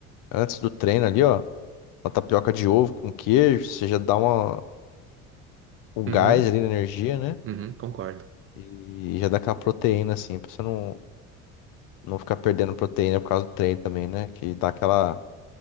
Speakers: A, on the left (about 60°); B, on the right (about 40°).
A: antes do treino ali, ó. Uma tapioca de ovo com queijo. Você já dá uma, um
B: Uhum.
A: gás ali na energia, né?
B: Uhum, concordo.
A: E já dá aquela proteína, assim. Pra você não, não ficar perdendo proteína por causa do treino também, né? Que dá aquela,